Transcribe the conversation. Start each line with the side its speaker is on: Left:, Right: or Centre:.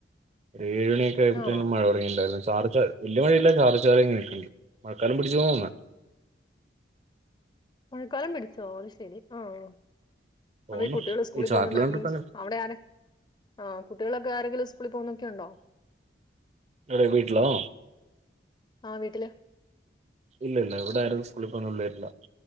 Right: ഏഴ് മണിയൊക്കെ ആയപ്പഴത്തേനും
Left: ആണോ
Right: മഴ തൊടങ്ങിണ്ടായിരുന്നു ചാർ ച വല്യ മഴല്ല ചാറി ചാറി ഇങ്ങനെ നിക്ക്ണ്ട് മഴക്കാലം പിടിച്ചുന്നി തോന്ന്ണെ
Left: മഴക്കാലം പിടിച്ചോ അയ്ശരി ആഹ്
Right: തോന്നുന്നു
Left: അ ഈ കുട്ടികൾ സ്കൂളിൽ
Right: ഈ ചാറ്റല്
Left: പോകുന്നുണ്ട്
Right: കണ്ടിട്ടങ്ങനെ
Left: മീൻസ് അവിടെ ആരെ ആ കുട്ടികളൊക്കെ ആരെങ്കിലും സ്കൂളിൽ പോകുന്നൊക്കെയുണ്ടോ
Right: എടെ വീട്ടിലോ
Left: ആ വീട്ടില്
Right: ഇല്ല ഇല്ല ഇവിടെ ആരും സ്കൂളിപ്പോന്നപിള്ളേരില്ല